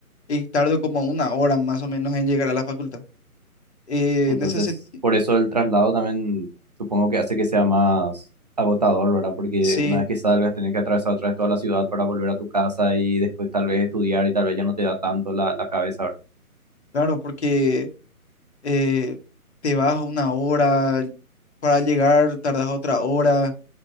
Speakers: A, on the left; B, on the right.
A: y tardo como una hora más o menos en llegar a la facultad. Eh,
B: Entonces,
A: en ese sentido,
B: por eso el traslado también supongo que hace que sea más agotador, ¿verdad? Porque
A: sí,
B: una vez que salgas, tenés que atravesar otra vez toda la ciudad para volver a tu casa y después tal vez estudiar y tal vez ya no te da tanto la, la cabeza, ¿verdad?
A: claro, porque eh, te vas una hora, para llegar tardas otra hora